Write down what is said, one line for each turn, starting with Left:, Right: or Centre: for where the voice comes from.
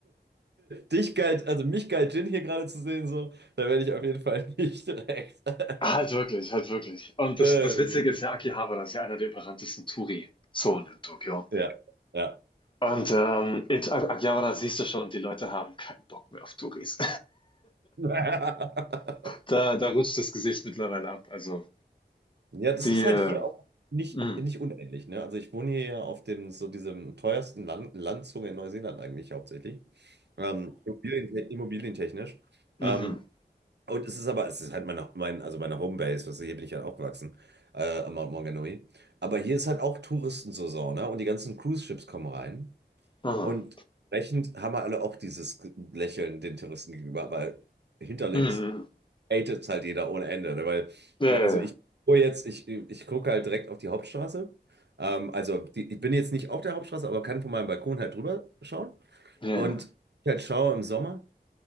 Right: Dich galt, also mich galt Jin hier gerade zu sehen, so, da werde ich auf jeden Fall nicht direkt. <laughs>
Left: Halt wirklich, halt wirklich. Und
Right: Ja,
Left: das, das
Right: so.
Left: Witzige ist ja, Akihabara ist ja einer der überranntesten Touri-Zonen in Tokio.
Right: ja. Ja.
Left: Und ähm, in Akihabara siehst du schon, die Leute haben keinen Bock mehr auf Touris.
Right: <laughs>
Left: Da da rutscht das Gesicht mittlerweile ab. Also,
Right: Ja, das
Left: die,
Right: ist halt
Left: äh,
Right: hier auch nicht,
Left: mhm.
Right: nicht unähnlich, ne? Also ich wohne hier ja auf dem, so diesem teuersten Land, Landzunge in Neuseeland eigentlich hauptsächlich. Ähm, Immobilien, immobilientechnisch.
Left: Mhm.
Right: Ähm, Und es ist aber, es ist halt meine, mein, also meine Homebase, weißt du, hier bin ich halt aufgewachsen, äh, am Mount Maunganui. Aber hier ist halt auch Touristensaison, ne? Und die ganzen Cruise-Ships kommen rein.
Left: Aha.
Right: Und entsprechend haben wir alle auch dieses Lächeln den Touristen gegenüber, weil hinterlinks
Left: Mhm, mhm.
Right: hatet's halt jeder ohne Ende, ne? Weil,
Left: Ja,
Right: ne, also
Left: ja,
Right: ich gucke jetzt, ich, ich gucke halt direkt auf die Hauptstraße. Ähm, also die, ich bin jetzt nicht auf der Hauptstraße, aber kann von meinem Balkon halt drüber schauen.
Left: ja.
Right: Und ich halt schaue im Sommer